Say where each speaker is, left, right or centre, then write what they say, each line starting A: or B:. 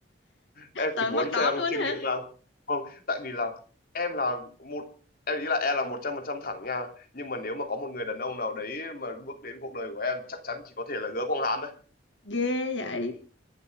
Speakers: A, on the left (about 55°); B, on the left (about 80°).
A: em
B: tới
A: chỉ muốn
B: mức đó
A: xem
B: luôn
A: Trương
B: hả
A: Nhật Nam không tại vì là em là một em nghĩ là em là một trăm phần trăm thẳng nha nhưng mà nếu mà có một người đàn ông nào đấy mà bước đến cuộc đời của em chắc chắn chỉ có thể là Hứa Quang Hán thôi
B: ghê vậy